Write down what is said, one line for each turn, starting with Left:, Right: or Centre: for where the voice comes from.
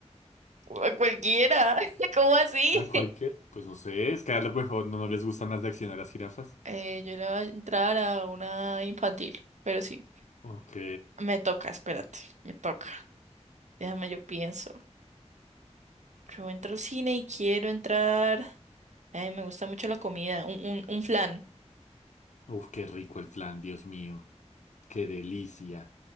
Right: A cualquiera. <laughs> ¿Cómo así?
Left: ¿A cualquier? Pues no sé, es que a lo mejor no, no les gustan las de acción a las jirafas.
Right: Eh, yo le voy a entrar a una infantil, pero sí.
Left: Ok.
Right: Me toca, espérate, me toca. Déjame, yo pienso. Yo entro al cine y quiero entrar. Ay, me gusta mucho la comida. Un, un, un flan.
Left: Uf, qué rico el flan, Dios mío. Qué delicia.